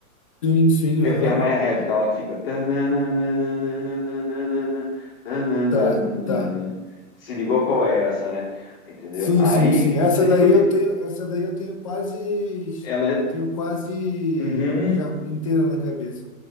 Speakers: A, on the left; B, on the left.
A: Sim, sim,
B: que,
A: aham.
B: é, que é a Maya Head, que ela fica... tananananananananana, tanananana.
A: Tá, tá.
B: Se ligou qual é essa, né? Entendeu?
A: Sim,
B: Aí,
A: sim, sim. Essa
B: se
A: daí
B: a gente,
A: eu tenho, essa daí eu tenho quase,
B: ela é...
A: eu tenho quase
B: Uhum,
A: já inteira na cabeça.